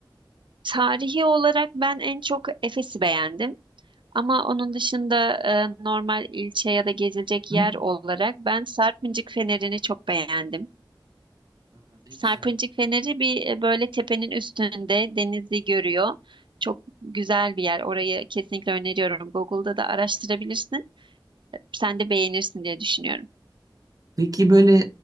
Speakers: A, on the right; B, on the right.
A: Tarihi olarak ben en çok Efes'i beğendim. Ama onun dışında e, normal ilçe ya da gezilecek
B: Hı?
A: yer olarak ben Sarpıncık Feneri'ni çok beğendim.
B: Aa, ne
A: Sarpıncık
B: güzel.
A: Feneri bir e, böyle tepenin üstünde denizi görüyor. Çok güzel bir yer. Orayı kesinlikle öneriyorum. Google'da da araştırabilirsin. Sen de beğenirsin diye düşünüyorum.
B: Peki böyle